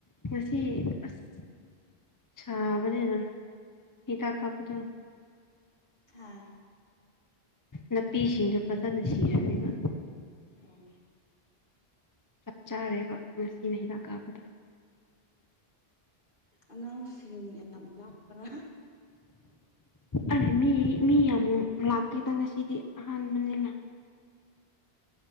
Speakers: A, on the left (about 20°); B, on the left (about 50°).
A: ꯁꯤ ꯑꯁ ꯆꯥꯕꯅꯤꯅ ꯍꯤꯗꯥꯛ ꯀꯥꯞꯄꯗꯣ
B: ꯍꯥꯥ
A: ꯅꯥꯄꯤꯁꯤꯡꯗꯣ ꯐꯖꯅ ꯁꯤꯔꯅꯦꯕ
B: ꯑꯣ
A: ꯆꯞ ꯆꯥꯔꯦꯕ ꯉꯁꯤꯅ ꯍꯤꯗꯥꯛ ꯀꯥꯞꯕꯗ
B: ꯑꯉꯥꯡꯁꯤꯡ ꯌꯥꯝ ꯂꯅꯥꯄ꯭ꯔꯥ
A: ꯑꯔ ꯃꯤ ꯃꯤ ꯌꯥꯝꯃꯨꯛ ꯂꯥꯛꯀꯦꯗ ꯉꯁꯤꯗꯤ ꯑꯍꯥꯟꯕꯅꯤꯅ